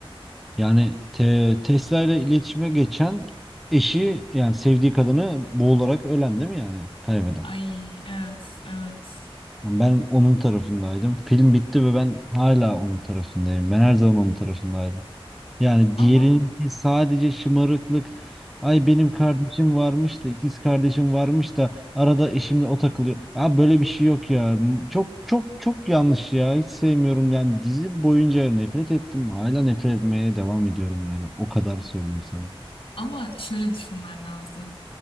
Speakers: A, in the centre; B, on the left (about 65°).
A: Yani te- Tesla ile iletişime geçen eşi yani sevdiği kadını boğularak ölen değil mi yani kaybeden?
B: Ay evet evet.
A: Yani Ben onun tarafındaydım. Film bitti ve ben hala onun tarafındayım. Ben her zaman onun tarafındaydım. Yani diğerinki
B: Ama
A: sadece şımarıklık. Ay benim kardeşim varmış da ikiz kardeşim varmış da arada eşimle o takılıyor. Ha böyle bir şey yok ya. M- Çok çok çok yanlış ya. Hiç sevmiyorum yani dizi boyunca nefret ettim. Hala nefret etmeye devam ediyorum yani. O kadar söyleyeyim sana.
B: ama şöyle düşünmen lazım.